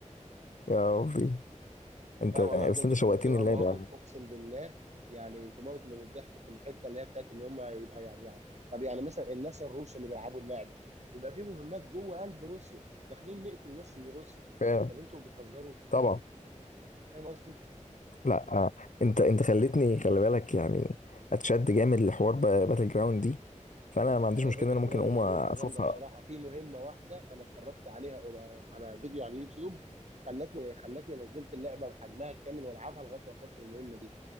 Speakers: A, on the left; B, on the right.
A: يا ربي انت
B: لا والله
A: بس
B: بجد
A: انت
B: كانت
A: شوقتني
B: بتبقى
A: اللعبه
B: مواقف اقسم بالله يعني تموت من الضحك في الحته اللي هي بتاعت ان هم يبقى يعني, يعني طب يعني مثلا الناس الروس اللي بيلعبوا اللعبه بيبقى في مهمات جوه قلب روسيا داخلين نقتل ناس من روسيا
A: فعلا
B: طب انتوا بتهزروا
A: طبعا
B: فاهم قصدي؟
A: لا آه، انت انت خلتني خلي بالك يعني اتشد جامد لحوار ب- باتل جراوند دي فانا ما عنديش
B: لا هي
A: مشكله
B: باتل
A: ان انا
B: جراوند
A: ممكن اقوم
B: من
A: اشوفها
B: يومها جامده بصراحه في مهمه واحده انا اتفرجت عليها على فيديو على اليوتيوب خلتني خلتني نزلت اللعبه بحجمها الكامل والعبها لغايه ما وصلت المهمه دي